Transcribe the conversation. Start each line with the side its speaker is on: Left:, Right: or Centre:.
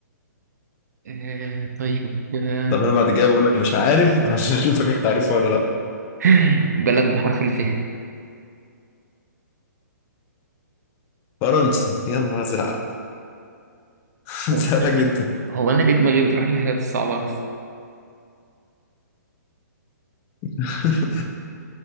Right: آه، طيب آه،
Left: طب انا بعد كده بقول لك مش عارف <laughs> عشان اشوفك انت عارفها ولا لا
Right: <laughs> بلد بحرف الف
Left: فرنسا يا نهار ازرق <laughs>
Right: هو
Left: سهلة جدا
Right: هو انا ليه دماغي بتروح للحاجات الصعبه بس
Left: <laughs>